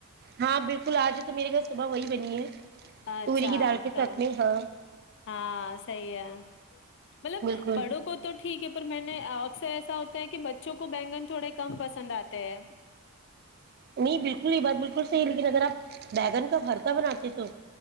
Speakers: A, on the right; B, on the left.
A: ہاں بالکل آج تو میرے گھر صبح وہی بنی ہے
B: اچھا
A: توروری کی دال کے
B: تو
A: سات میں ہاں
B: ہاں صی ہے مطلب
A: بالکل
B: بڑوں کو تو ٹھیک ہے پر میں نے اکثر ایسا ہوتا ہے کہ بچوں کو بینگن تھوڑے کم پسند آتے ہے
A: نہیں بالکل یہ بات بالکل صیح لیکن اگر آپ بیگن کا ہرتا بناتے تو